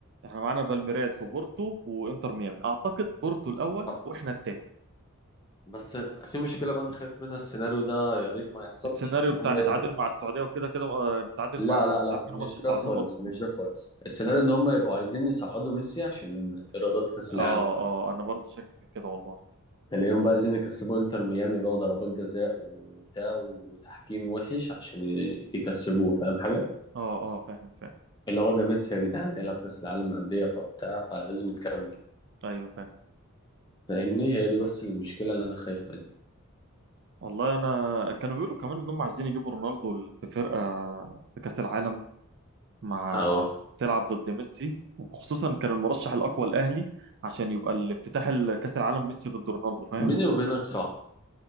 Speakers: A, on the right (about 55°); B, on the left (about 20°).
A: احنا معانا بالميراس وبورتو وانتر ميامي اعتقد بورتو الاول
B: آه،
A: واحنا التاني
B: بس في مشكله بقى انا خايف منها السيناريو ده يا ريت ما يحصلش
A: السيناريو
B: ان
A: بتاع
B: هم
A: نتعادل
B: يبقوا
A: مع السعودية وكده كده آه، نتعادل
B: لا
A: مع
B: لا لا
A: مش عارف
B: مش
A: مين ماتش السعودية
B: ده خالص
A: مضى.
B: مش ده خالص السيناريو ان هم يبقوا عايزين يصعدوا ميسي عشان ايرادات كاس العالم
A: اه
B: وكده
A: اه انا برضو شاكك في كده والله
B: تلاقيهم بقى عايزين يكسبوا انتر ميامي بقى وضربات جزاء وبتاع وتحكيم وحش عشان ي- يكسبوه فاهم حاجه
A: اه اه فاهم فاهم
B: اللي هو ده ميسي يا جدعان هيلعب كاس العالم للانديه فبتاع فلازم يكمل
A: ايوه فاهم
B: فاهمني هي دي بس المشكله اللي انا خايف منها
A: والله انا كانوا بيقولوا كمان انهم عايزين يجيبوا رونالدو في فرقه في كاس العالم مع
B: اهو
A: تلعب ضد ميسي وخصوصا كان المرشح الاقوى الاهلي عشان يبقى الافتتاح كاس العالم ميسي ضد رونالدو فاهم
B: بيني وبينك صعب